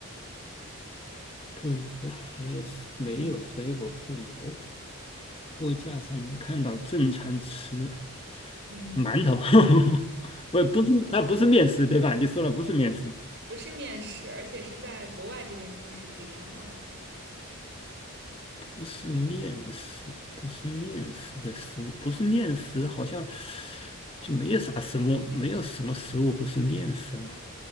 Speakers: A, on the left; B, on the right.
A: 不油，没有没有水果不油，
B: 嗯
A: 货架上能看到正餐吃
B: 嗯，
A: 馒头，<laughs> 不不是它不是面食对吧？你说了不是面食。
B: 不是面食，而且是在国外这边超市可以看到的。
A: 不是面食，不是面食的食物，不是面食，好像就没有啥什么，没有什么食物不是面食了，